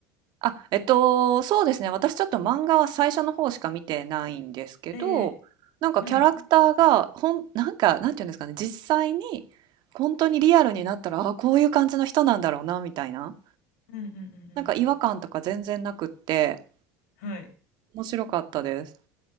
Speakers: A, on the right; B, on the left.
A: あ、えっと、そうですね。私ちょっと漫画は最初の方しか見てないんですけど、
B: ええ、
A: なんかキャラクターが、
B: はい。
A: ほん、なんか、なんていうんですかね、実際に、本当にリアルになったら、あ、こういう感じの人なんだろうな、みたいな。
B: うんうんうんうん。
A: なんか違和感とか全然なくって、
B: はい。
A: 面白かったです。